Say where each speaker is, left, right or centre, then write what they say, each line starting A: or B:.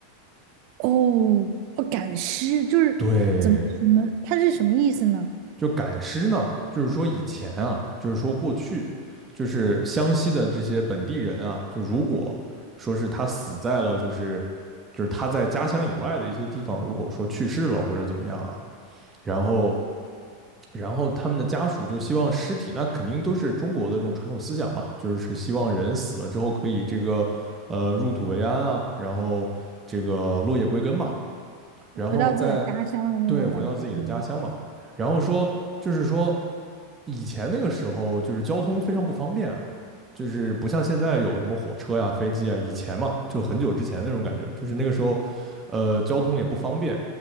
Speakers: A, on the right; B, on the right.
A: 哦，哦，赶尸就是怎么什么，
B: 对，
A: 它是什么意思呢？
B: 就赶尸呢，就是说以前啊，就是说过去，就是湘西的这些本地人啊，就如果说是他死在了就是就是他在家乡以外的一些地方，如果说去世了或者怎么样啊，然后然后他们的家属就希望尸体，那肯定都是中国的这种传统思想嘛，就是希望人死了之后可以这个呃入土为安啊，然后这个落叶归根嘛，然后再
A: 回到自己的家乡的那种感觉吗？
B: 对回到自己的家乡嘛。然后说就是说以前那个时候就是交通非常不方便啊，就是不像现在有什么火车呀、飞机啊，以前嘛就很久之前那种感觉，就是那个时候呃交通也不方便，